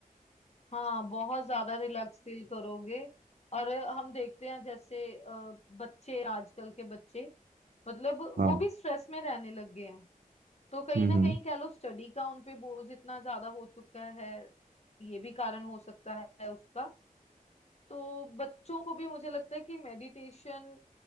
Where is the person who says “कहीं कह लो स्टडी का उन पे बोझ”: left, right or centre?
Left